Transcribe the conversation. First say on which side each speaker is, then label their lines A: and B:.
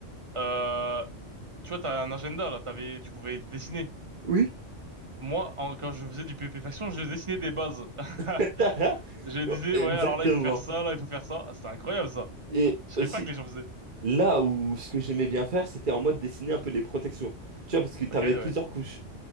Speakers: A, on the right; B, on the right.
A: euh, tu vois, t'as un agenda, là, t'avais, tu pouvais dessiner.
B: Oui.
A: Moi, en- quand je faisais du PP Faction, je dessinais des bases. <laughs>
B: <laughs>
A: Je disais,
B: Exactement.
A: ouais, alors là, il faut faire ça, là, il faut faire ça. Ah, C'était incroyable, ça.
B: Et
A: Je
B: aussi.
A: savais pas que les gens faisaient.
B: Là où ce que j'aimais bien faire, c'était en mode dessiner un peu les protections. Tu vois, parce que t'avais
A: Ok, ouais.
B: plusieurs couches.